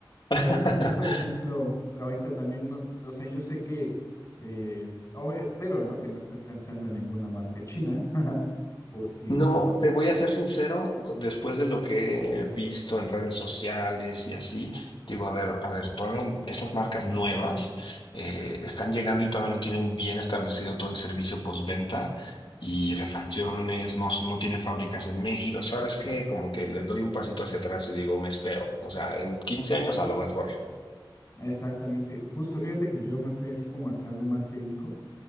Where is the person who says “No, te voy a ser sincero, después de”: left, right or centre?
Left